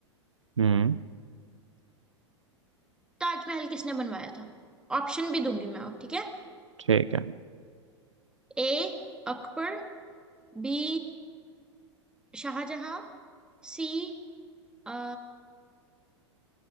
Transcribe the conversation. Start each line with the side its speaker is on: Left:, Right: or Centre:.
Right: हम्म
Centre: ताजमहल किसने बनवाया था ऑप्शन भी दूंगी मैं ठीक है
Right: ठीक है
Centre: A Akbar B Shahjahan C आ,